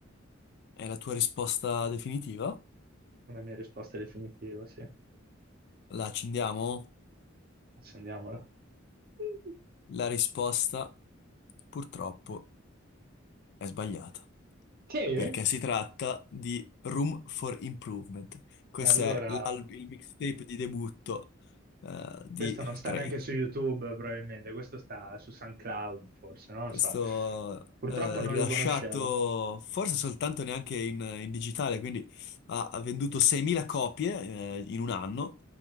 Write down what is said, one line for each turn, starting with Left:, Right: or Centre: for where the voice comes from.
Left: è la tua risposta definitiva?
Right: Una mia risposta definitiva, sì.
Left: La accendiamo?
Right: Accendiamola. <laughs>
Left: La risposta purtroppo è sbagliata,
Right: Sì?
Left: perché si tratta di Room for Improvement. Questo
Right: Allora,
Left: è l'al- il mixtape di debutto eh, di
Right: questo non sta
Left: Drake.
Right: neanche su YouTube, probabilmente, questo sta su SoundCloud, forse, non
Left: Questo
Right: lo so. Purtroppo
Left: eh,
Right: non
Left: rilasciato
Right: lo conoscevo.
Left: forse soltanto neanche in, in digitale, quindi ha, ha venduto 6.000 copie eh, in un anno.